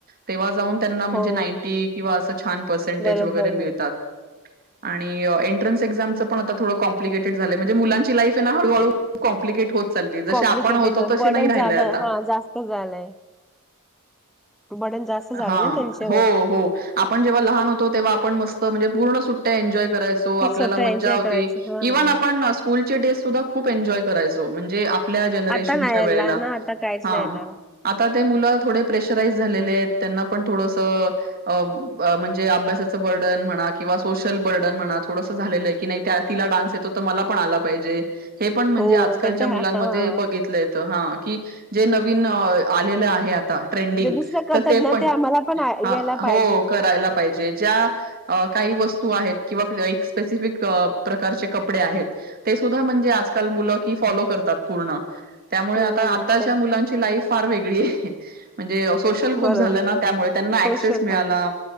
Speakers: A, on the right; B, in the centre.
A: तेव्हा जाऊन त्यांना म्हणजे
B: हो
A: नाईं टी किंवा छान अस परसेंट
B: बरोबर
A: वगरे मिळतात.
B: बरोबर
A: आणि एंट्रन्स एक्झामच पण आता थोड कॉम्प्लिकेटेड झालय म्हणजे मुलांची लाईफ हे ना हळूळू कॉम्लिकेट होत. चालली जसे
B: कॉम्प्लिकेटेड
A: आपण होतो तसे
B: बर्डन
A: नाही राहिलय
B: ज्यादा
A: आता
B: हा जास्त झालंय. बर्डन जास्त झाले
A: हां
B: ना त्यांच्यावर
A: हो हो आपण जेव्हा लहान होतो तेव्हा आपण मस्त म्हणजे पूर्ण सुट्ट्या एनजॉय करायचो
B: खूप
A: आपल्याला
B: स्वतः
A: मज्जा
B: एन्जॉय
A: होती
B: करायचं हा
A: इव्हन
B: हा
A: आपण स्कूलचे डे सुद्धा खूप एन्जॉय करायचो म्हणजे आ पल्या जनरेशनच्या
B: आता नाही यायला
A: वेळेला
B: ना आता काहीच
A: हां,
B: नाही येणार
A: आता ते मुलं थोडे प्रेशराईज झालेले आहेत त्यांना पण थोडसं अ ब म्हणजे अभ्यासाचं बर्डन म्हणा किंवा सोशल बर्डन म्हणा थोडसं झालेलं आहे की नाही तिला डान्स येतो तर मला पण आला पाहिजे. <inaudible> हे पण म्हणजे
B: हो
A: आजकालच्या
B: ते तर
A: मुलांमध्ये
B: हा हा.
A: बघितलं येत हां की जे नवीन अ आलेलं आहे आता ट्रेंडिंग
B: जे दुसरं करतात
A: तर ते
B: ना
A: हम्म
B: आम्हाला पण आ-
A: हां
B: यायला पाहिजे
A: हो करायला पाहिजे ज्या अ काही व स्तू आहेत किंवा एक पॅसिफिक प्रकारचे कपडे आहेत ते सुद्धा म्हणजे आज काल मुलं की फॉलो करतात पूर्ण त्यामुळे
B: हम्म
A: आता आताच्या
B: ते
A: मुलांची लाईफ फार वेगळी आहे. म्हणजे अ सोशल खूप
B: बरोबर
A: झाल्या ना त्यामुळे त्यांना
B: सोशल
A: ॲक्सेस मिळाला
B: हा